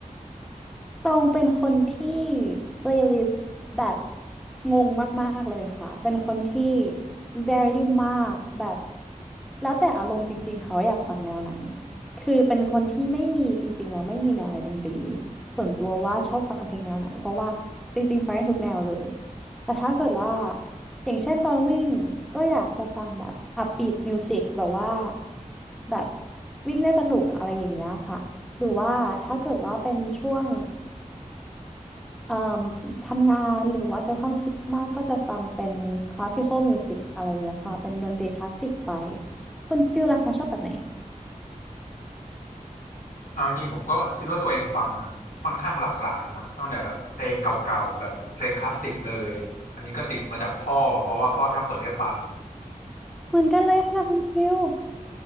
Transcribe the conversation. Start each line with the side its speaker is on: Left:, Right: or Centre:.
Centre: ตองเป็นคนที่ playlist แบบงงมากๆเลยค่ะ เป็นคนที่ variety มากแบบแล้วแต่อารมณ์จริงๆเขาอยากฟังแนวไหน คือเป็นคนที่ไม่มีจริงๆแล้วไม่มีแนวในดนตรีส่วนตัวว่าชอบฟังเพลงแนวไหนเพราะว่าจริงๆฟังได้ทุกแนวเลย แต่ถ้าเกิดว่าอย่างเช่นตอนวิ่งก็อยากจะฟังแบบ upbeat music แบบว่าแบบวิ่งได้สนุกอะไรอย่างเงี้ยค่ะหรือว่าถ้าเกิดว่าเป็นช่วง เอ่มทำงานหรือว่าใช้ความคิดมากๆก็จะฟังเป็นคลาสสิคอลมิวสิกอะไรเงี้ยค่ะเป็นดนตรีคลาสสิกไปคุณฟิลล่ะคะชอบแบบไหน
Left: เอาจริงๆผมก็คิดว่าตัวเองฟังค่อนข้างหลากหลายเนาะตั้งแต่แบบเพลงเก่าๆแบบเพลงคลาสสิกเลยอันนี้ก็ติดมาจากพ่อเพราะว่าพ่อชอบเปิดให้ฟัง
Centre: เหมือนกันเลยค่ะคุณฟิล